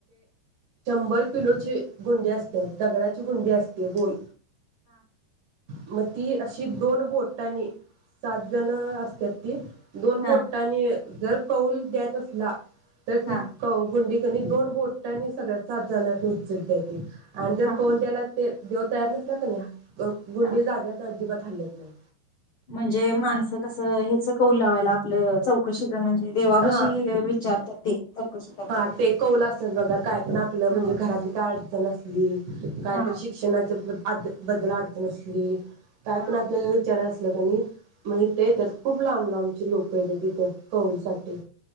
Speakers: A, on the right; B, on the left.
A: शंभर किलो ची गुंडी असते दगडाची गुंडी असते गोल मग ती अशी दोन बोटानी सात जण असतात ती दोन
B: हा
A: बोटांनी जर कौल द्यायचा असला तर
B: हा
A: ती गुंडी आणि दोन बोटांनी सगळ्यात सात जणांना उचलतात आणि जर
B: हा
A: कौल द्यायला ते देव तयार नसला की नाही गुंडी
B: हा.
A: जाग्यावरून अजिबात हालत नाही
B: म्हणजे माणसं कसं हेच कौल लावायला आपलं चौकशी म्हणजे देवापाशी
A: हा
B: विचारतात ते चौकशी करतात.
A: हा ते कौल असतात बघा काय पण आपलं
B: हा
A: म्हणजे घरातली काय अडचण असली काय
B: हा
A: तरी शिक्षणाच्या प्रत्येक अभ्यासाबद्दल अडचण असली काय
B: हा हा
A: पण आपल्याला विचारायचं असलं <unintelligible> मग इथं येतात खूप लांब लांबचे. लोक येतात इथं कौल साठी